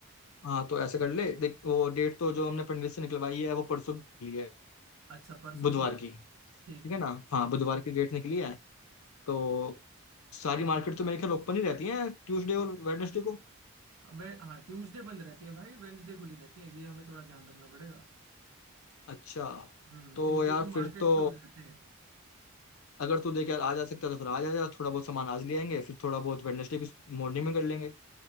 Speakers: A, on the left; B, on the right.
A: हाँ तो ऐसा कर ले देख वो डेट तो जो हमने पंडित से निकलवाई है वो परसों के लिए है,
B: अच्छा परसों
A: बुधवार
B: की है
A: की ठीक
B: ठीक
A: है
B: ठीक
A: ना
B: है ठीक
A: हाँ बुधवार की डेट निकली है तो सारी मार्केट तो मेरे ख्याल ओपन ही रहती है ट्यूसडे और वेडनेसडे को
B: वे हाँ ट्यूसडे बंद रहती है भाई वेंसडे खुली रहती है ये हमें थोड़ा ध्यान रखना पड़ेगा
A: अच्छा
B: हम्म
A: तो
B: ट्यूसडे
A: यार
B: को
A: फिर
B: मार्केट
A: तो
B: क्लोज रहते हैं
A: अगर तू देख यार आज आ सकता है तो फिर आज आ जा थोड़ा बहुत सामान आज ले आएंगे फिर थोड़ा बहुत वेडनेसडे की मॉर्निंग में कर लेंगे